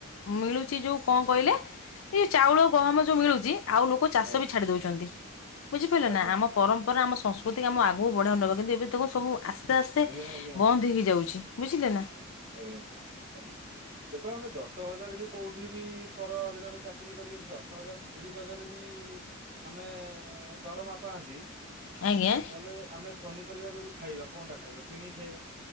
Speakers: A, on the left; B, on the right.
A: ମିଳୁଚି ଯୋଉ କଁ କହିଲେ ଏ ଚାଉଳ ଗହମ ଯୋଉ ମିଳୁଚି ଆଉ ଲୋକ ଚାଷ
B: ହୁଁ
A: ବି ଛାଡ଼ି ଦୋଉଚନ୍ତି ବୁଝିପାଇଲେ
B: ଆଜ୍ଞା
A: ନାଁ ଆମ ପରମ୍ପରା ଆମ ସଂସ୍କୃତିକି ଆମୁ ଆଗୁକୁ ବଢ଼େଆଉ ନବା କିନ୍ତୁ ଏବେ ତାକୁ ସବୁ ଆସ୍ତେ ଆସ୍ ତେ
B: ଆଜ୍ଞା ଆଜ୍ଞା
A: ବନ୍ଦ ହେଇ ଯାଉଚି। ବୁଝିଲେ ନାଁ?
B: ଆଜ୍ଞା ଦେଖ ଆମେ ଦଶ ହଜାର ବି କୋଉଠି ବି ପର ଅଧୀନରେ ଚାକିରି କରିକି ଯଦି ଦଶ ହଜାର ତିରିଶ ହଜାରେ ବି ଆମେ ଦରମା ପାଆନ୍ତି
A: ଆଜ୍ଞା।
B: ତାଲେ ଆମେ ପନିପରିବା ଯୋଉଠି ଖାଇବା କଁଟା ଖାଇବା କିଣିକି ଖାଇବା।